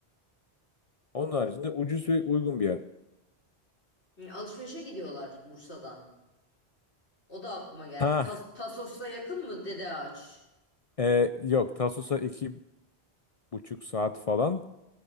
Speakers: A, on the left; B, on the left.
A: Onun haricinde ucuz ve uygun bir yer.
B: Hı, Alışverişe gidiyorlar Bursa'dan. O da aklıma geldi.
A: Ha,
B: Tas Tasos'ta yakın mı Dede Ağaç?
A: e, yok Tasus'a iki buçuk saat falan.